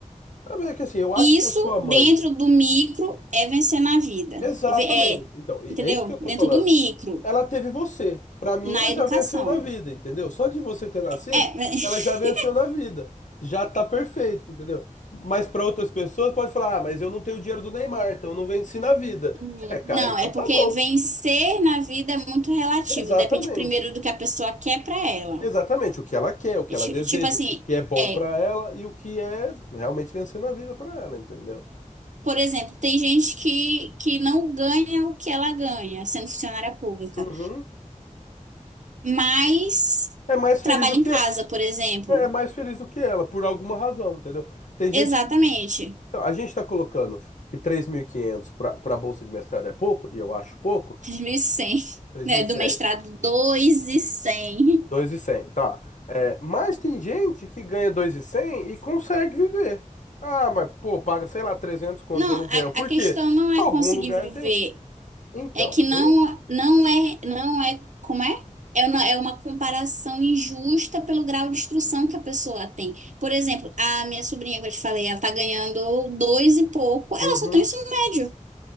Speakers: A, on the left (about 65°); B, on the right (about 65°).
A: Ah, mas É que assim, eu acho
B: Isso
A: que a sua mãe
B: dentro do micro é vencer na vida.
A: Exatamente.
B: Ve- É,
A: Então, e-
B: entendeu?
A: é isso que eu tô
B: Dentro
A: falando.
B: do micro.
A: Ela teve você. Pra mim,
B: na
A: ela já
B: educação.
A: venceu na vida, entendeu? Só de você ter nascido,
B: É, <laughs>
A: ela já venceu na vida. Já tá perfeito, entendeu? Mas pra outras pessoas pode falar: "Ah, mas eu não tenho o dinheiro do Neymar, então eu não venci na vida".
B: Hum,
A: É, cara,
B: não,
A: então
B: é porque
A: tá bom.
B: vencer na vida é muito relativo,
A: Exatamente.
B: depende primeiro do que a pessoa quer pra ela.
A: Exatamente o que ela quer, o que ela
B: Ti-
A: deseja,
B: Tipo assim,
A: o que é bom
B: é,
A: pra ela e o que é realmente vencer na vida pra ela, entendeu?
B: por exemplo, tem gente que, que não ganha o que ela ganha sendo funcionária pública,
A: Uhum.
B: mas
A: É mais feliz
B: trabalha
A: do
B: em
A: que
B: casa, por exemplo.
A: é mais feliz do que ela, por alguma razão, entendeu? Tem gente
B: Exatamente,
A: Então, a gente está colocando que 3.500 para a bolsa de mestrado é pouco, e eu acho pouco,
B: <laughs> três mil e cem
A: três
B: né,
A: mil e cem,
B: do mestrado dois mil e cem
A: dois mil e 2.100, tá. É, mas tem gente que ganha 2.100 e cem e consegue viver. Ah, mas, pô, paga, sei lá, 300 conto
B: Não,
A: de aluguel.
B: a,
A: Por
B: a questão
A: quê?
B: não é
A: Algum
B: conseguir
A: lugar
B: viver,
A: tem. Então,
B: É que
A: eu...
B: não, não é, não é, como é? É uma, é uma comparação injusta pelo grau de instrução que a pessoa tem. Por exemplo, a minha sobrinha que eu te falei, ela tá ganhando dois e pouco, ela
A: Uhum.
B: só tem o ensino médio.